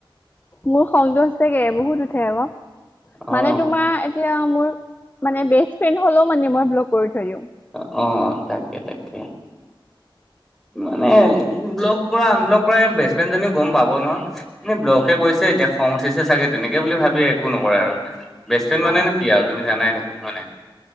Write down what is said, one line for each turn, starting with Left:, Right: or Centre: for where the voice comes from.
Left: মোৰ খংটো সচাগে বহুত উঠে আক
Centre: অ
Left: মানে তোমাৰ এতিয়া মোৰ মানে বেষ্ট ফ্ৰেণ্ড হলেও মানে মই ব্লক কৰি থই দিওঁ
Centre: অ অ তাকে তাকে মানে ব্লক কৰা আনব্লক কৰা বেষ্টফ্ৰেণ্ড জনীও গম পাব নহয়। এনে ব্লকেহে কৰিছে এতিয়া খং উঠিছে চাগে তেনেকে বুলি ভাবি একো নকৰে আৰু বেষ্ট ফ্ৰেণ্ মানে
Left: অ
Centre: কি আৰু তুমি জাই দেখোন হয় নাই